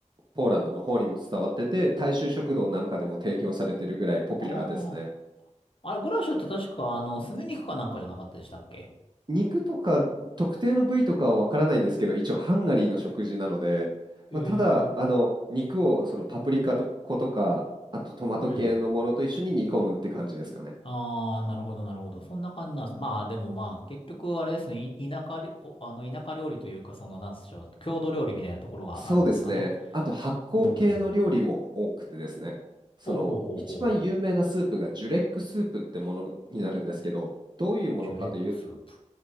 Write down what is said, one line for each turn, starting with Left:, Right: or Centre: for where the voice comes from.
Right: ポーランドの方にも伝わってて、大衆食堂なんかでも提供されてるぐらいポピュラーですね。
Left: あー。あれ、グラッシュって確か、あの、すね肉かなんかじゃなかったでしたっけ
Right: 肉とか特定の部位とかはわからないんですけど、一応ハンガリーの食事なので、
Left: ええ
Right: まあ、ただあの肉をそのパプリカと粉とか、あとトマト系のものと一緒に煮込むって感じですかね。
Left: うん。あー、なるほど、なるほど。そんな感じなんです。まあ、でもまあ、結局、あれですね、い田舎りおあの、田舎料理というか、その、なんでしょう、郷土料理みたいなところがあるんですかね。
Right: そうですね。あと発酵系の料理も多くてですね、
Left: おー。
Right: その一番有名なスープがジュレックスープってものになるんですけど、
Left: ほうほうほうほう。
Right: どういうものかというと、
Left: ジュレックスープ。